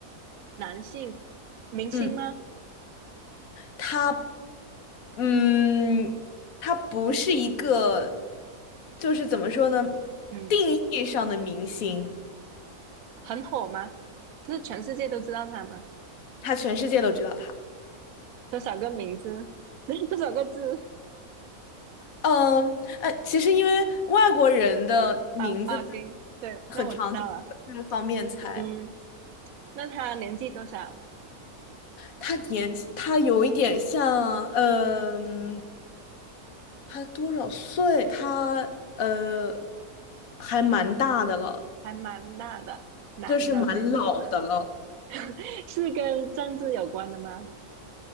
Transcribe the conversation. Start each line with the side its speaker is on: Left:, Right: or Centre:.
Right: 男性，明星吗？
Left: 嗯。他，嗯，他不是一个，就是怎么说呢，
Right: 嗯，
Left: 定义上的明星，
Right: 很火吗？就是全世界都知道他吗？
Left: 他全世界都知道他。
Right: 多少个名字？<laughs> 多少个字？
Left: 嗯，哎，其实因为外国人的名字他很常见，
Right: 哦哦，行，对，那我知道了。
Left: 这个方面猜。
Right: 嗯，那他年纪多少？
Left: 他年纪，他有一点像，嗯、他多少岁？他呃，还蛮大的了，
Right: 还蛮大的，男的，
Left: 就是蛮老的了。
Right: 美国的。<laughs> 是跟政治有关的吗？